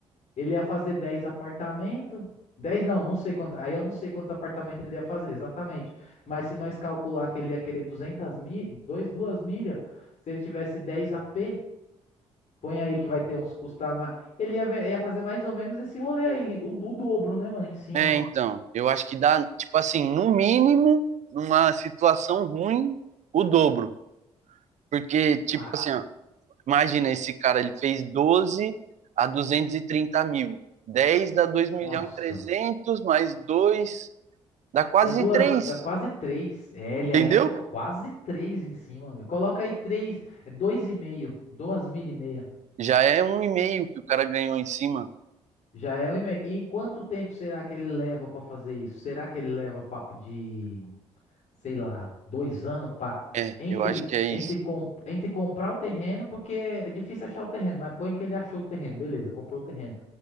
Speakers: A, on the left (about 60°); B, on the right (about 65°).
A: ele ia fazer 10 apartamentos. 10 não, não sei quantos. Aí eu não sei quantos apartamentos ele ia fazer exatamente. Mas se nós calcular que ele ia querer 200 mil, 2, 2 milhas, se ele tivesse 10 AP, põe aí que vai ter uns custar mais. Ele ia, ve- ia fazer mais ou menos esse rolê aí, o, do- o dobro, né, mano, em cima.
B: É, então. Eu acho que dá, tipo assim, no mínimo, numa situação ruim, o dobro. Porque, tipo
A: Ah,
B: assim, ó, Imagina, esse cara, ele fez doze a duzentos e trinta mil. dez dá dois milhões
A: nossa.
B: e 300, mais 2 dá quase
A: Dá duas,
B: 3,
A: dá quase três. É, ele ainda
B: entendeu?
A: co- quase três em cima. velho. Coloca aí três, é dois e meio, duas mil e meia.
B: Já é um e meio que o cara ganhou em cima.
A: Já é um e-mail. E quanto tempo será que ele leva para fazer isso? Será que ele leva papo de, sei lá, dois anos para
B: É,
A: entre
B: eu acho que é isso.
A: entre, com, entre comprar o terreno, porque é difícil achar o terreno, mas põe que ele achou o terreno, beleza, comprou o terreno